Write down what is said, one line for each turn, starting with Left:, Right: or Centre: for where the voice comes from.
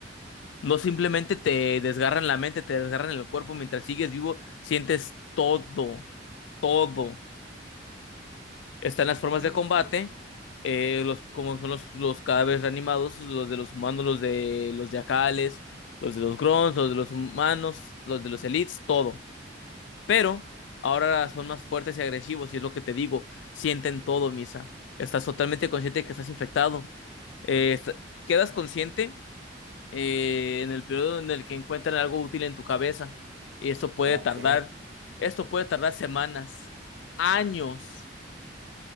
Left: No simplemente te desgarran la mente, te desgarran el cuerpo. Mientras sigues vivo, sientes todo, todo. Están las formas
Right: Ok,
Left: de combate,
Right: ok.
Left: eh, los, como son los, los cadáveres reanimados, los de los humanos, los de los yacales, los de los grons, los de los humanos, los de los elites, todo. Pero ahora son más fuertes y agresivos, y es lo que te digo, sienten todo, Misa. Estás totalmente consciente de que estás infectado. Eh, est- quedas consciente eh, en el periodo en el que encuentran algo útil en tu cabeza. Y esto puede
Right: Ok,
Left: tardar, esto puede tardar semanas, años